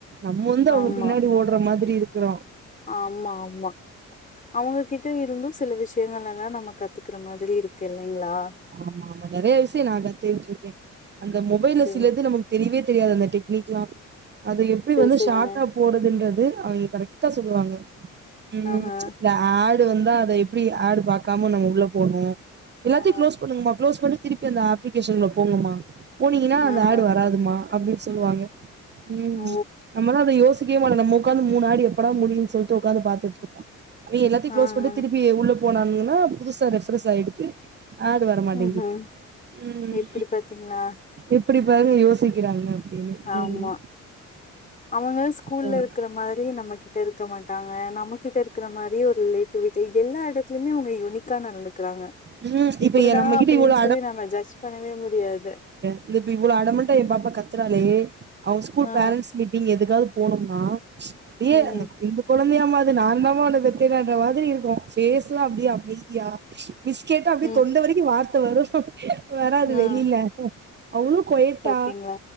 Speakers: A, on the right (about 35°); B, on the left (about 25°).
A: நம்ம வந்து அவங்க
B: ஆமா
A: பின்னாடி ஓடுற மாதிரி இருக்குறோ
B: ஆமா ஆமா அவுங்க கிட்ட இருந்தும் சில விஷயங்கள லாம் நம்ம கத்து குற மாதிரி இருக்கு இல்லைங்களா
A: ஆமா ஆமா நெறைய விஷயம் நான் கத்துட்டு இருக்கேன் அந்த மொபைல
B: சேரி
A: சிலது நமக்கு தெரியவே தெரியாது அந்த டெக்னிக்லாம் அது எப்டி
B: சேரி
A: வந்து
B: சேரிங்க
A: ஷாட்டா போடுதுன்றது து அவெங்க கரெக்டா சொல்லுவாங்க உம்
B: ஆஹா
A: ச் த ஆல் டு வந்தா அத எப்டி ஆடு பா‌க்காம நம்ம உள்ள போணும் எல்லாத்தயு
B: ஆஹா
A: க்ளோஸ் மா கிளோஸ் பண்ணி திருப்பி அந்த அப்ளிகேஷன்ல போங்கமா போனீங்கன்னா அந்த
B: ஆஹா
A: ஆட் வராதுமா அப்டின்னு சொல்லுவாங்க உம்
B: ஓ
A: நமலா அத யோஸ் சிக்கவே மாட்டோ நம்ம உக்காந்து மூனு ஆடியோ எப்படா முடியின்னு சொல்லிட்டு உக்காந்து பாத்துட்டு இருப்போம் அவன் எல்லாத்தையும் க்ளோஸ்
B: ஆஹா
A: பண்ணிட்டு திருப்பி உள்ள போனானுங்கன்னா புதுசா ரெஃபரஸ் ஆயிடுது ஆட் வரமாட்டிகுது
B: ம்ஹும்
A: உம்
B: இப்டி பாத்தீங்களா
A: இப்படி பாருங்க யோசிக்கிறாங்க அப்டின்னு
B: ஆமா
A: ம்
B: அவங்க ஸ்கூல்ல
A: ஓ
B: இருக்கிற மாதிரி நம்ம கிட்ட இருக்க மாட்டாங்க நம்மகிட்ட இருக்கிற மாதிரி ஒரு ரிலேட்டிவிட்டி எல்லா இடத்துலயுமே அவங்க யூனிக்கா நடந்துக்கறாங்க
A: ம் இப்ப
B: அப்படிதான்
A: எ நம்மகிட்ட
B: அப்படின்னு
A: இவ்ளோ
B: சொல்லி நம்ம ஜட்ஜ் பண்ணவே முடியாது
A: இ இப்ப இவ்வளோ அடமொன்ட்ட என் பாப்பா கத்துறாளே அவன் ஸ்கூல்
B: ஆ
A: பேரன்ட்ஸ் மீட்டிங் எதுக்காவது போனும்னா ஏய்
B: ம்
A: அந்த இந்துக்கோளா து நான் தான்மா ஒ வெத்த மாதிரி இருக்கு பேஸ் அப்படிய அமைதியா பிஸ்கெட் அப்படி
B: ம்
A: எப்டி வார்த்தை வரும் வராது
B: ம்
A: வெளில அவனு கொய்த்தா
B: பாத்தீங்களா